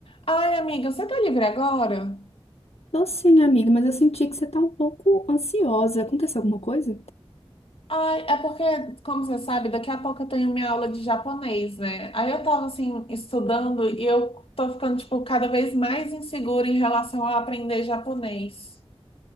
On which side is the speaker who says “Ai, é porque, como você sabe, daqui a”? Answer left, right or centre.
Left